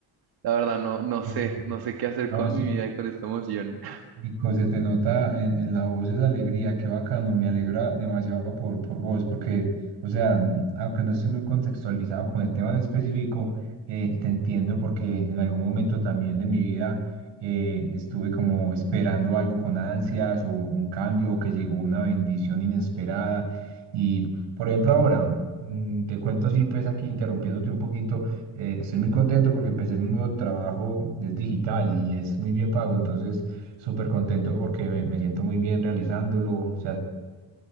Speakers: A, on the right (about 60°); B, on the right (about 85°).
A: la verdad no, no
B: Listo.
A: sé, no sé qué hacer
B: No,
A: con
B: sí,
A: mi vida con esta emoción.
B: Nico, se te nota en, en la voz esa alegría, qué bacano, me alegra demasiado por, por vos, porque, o sea, n- aunque no estoy muy contextualizado con el tema en específico, eh, te entiendo porque en algún momento también de mi vida eh, estuve como esperando algo con ansias o un cambio o que llegó una bendición inesperada. Y, por ejemplo, ahora, mm, te cuento, sí, pues aquí interrumpiéndote un poquito, eh, estoy muy contento porque empecé en un nuevo trabajo, es digital y es muy bien pago, entonces súper contento porque me, me siento muy bien realizándolo, o sea,